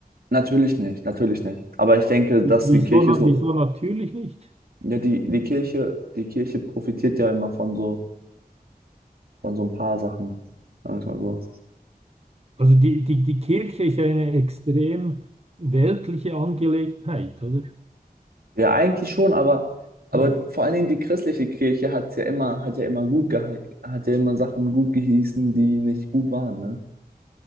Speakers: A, on the right; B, on the right.
A: natürlich nicht, natürlich nicht. Aber ich denke,
B: Wie-
A: dass
B: Wieso,
A: die Kirche
B: na-
A: so,
B: wieso natürlich nicht?
A: ja, die, die Kirche, die Kirche profitiert ja immer von so, von so ein paar Sachen. Sagen wir es mal so.
B: Also die, die, die Kirche ist ja eine extrem weltliche Angelegenheit, oder?
A: Ja, eigentlich schon, aber, aber
B: <laughs>
A: vor allen Dingen die christliche Kirche hat ja immer, hat ja immer gut gehe, hat ja immer Sachen gut geheißen, die nicht gut waren, ne?